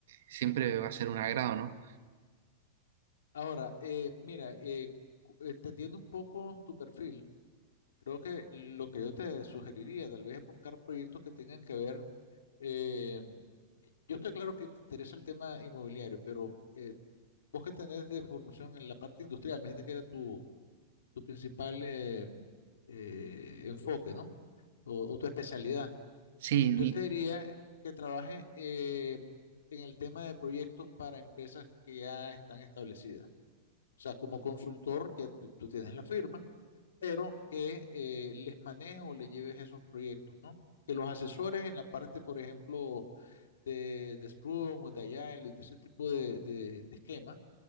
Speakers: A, on the right; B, on the left.
A: siempre va a ser un agrado, ¿no?
B: Ahora, eh, mira, eh, cu- entendiendo un poco tu perfil, creo que lo que yo te sugeriría tal vez es buscar proyectos que tengan que ver eh, yo estoy claro que te interesa el tema inmobiliario, pero eh, vos que tenés de formación en la parte industrial, me dijiste que era tu, tu principal eh, eh, enfoque, ¿no? O, o tu especialidad.
A: Sí, mi-
B: Yo te diría que trabaje eh, en el tema de proyectos para empresas que ya están establecidas. O sea, como consultor, ya tú tú tienes la firma, pero que eh, les manejes o les lleves esos proyectos, ¿no? Que los asesores en la parte, por ejemplo, de, de Scrum o de Agile, de ese tipo de, de de esquemas